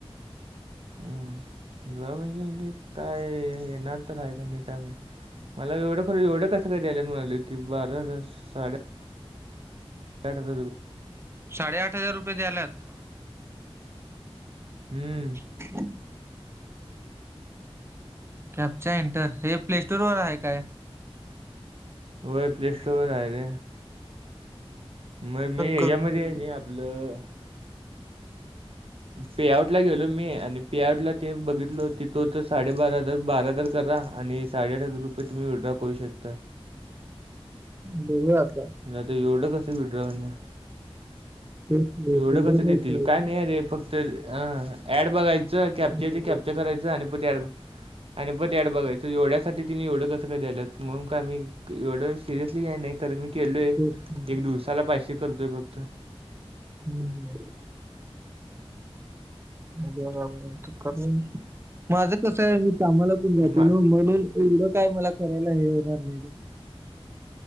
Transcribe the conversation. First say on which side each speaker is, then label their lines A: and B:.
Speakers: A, on the right; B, on the right.
A: हम्म ब म्हणजे म्हणे काय येणार तर आहे का नाही काय माहित. मला एवढं खरं एवढं कसं काय द्यायला म्हणाली ती बारा हजार साडे आठ हजार रुप.
B: साडेआठ हजार रुपये द्याल्यात.
A: हम्म.
B: <inaudible> कॅपच्या एंटर, हे प्लेस्टोर वर आहे काय?
A: व्हय, प्लेस्टोर वर आहे रे मग मी हच्यामध्ये
B: करून बघू.
A: हाय नी आपलं पेआउटला गेलो मी, आणि पेआउटला ते बघितलो तिथं होत, साडेबारा हजार, बारा हजार करा, आणि साडेआठ हजार रुपये तुम्ही विड्रॉ करू शकता.
B: बगु आता.
A: आता, एवढं कसं विड्राव होणार
B: तेच ते-
A: एवढं
B: ते लई
A: कसं
B: पैसे
A: देतील,
B: रे.
A: काय नाही आहे अरे, फक्त अ ऍड बघायचं च कॅप्च च्या येतोय
B: वगैरे.
A: कॅप्च करायच आणि परत ॲड आणि परत ॲड बघायचं, एवढ्यासाठी तिने एवढं कसं द्यायल्यात, मग काय मी एवढं सिरियसली घ्याय नाही तरी मी केलोय,
B: तेच ते.
A: एक दिवसाला पाचशे करतोय फक्त.
B: हम्म. <unintelligible> माझं कस हय, मी कामालापण जातो
A: मा
B: ना म्हणून एवढं काय मला करायला हे होणार नाही रे.